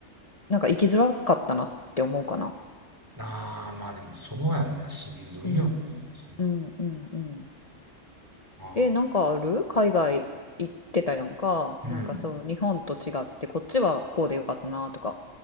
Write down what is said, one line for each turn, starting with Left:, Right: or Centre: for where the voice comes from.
Left: なんか生きづらかったなって思うかな。
Right: ああー、まあでもそうやんな、しんどいよな。
Left: うん、
Right: その
Left: うんうんうん
Right: ああ、
Left: えなんかある海外行ってたやんかなんかそう日本と違ってこっちはこうでよかったなとか。
Right: うん。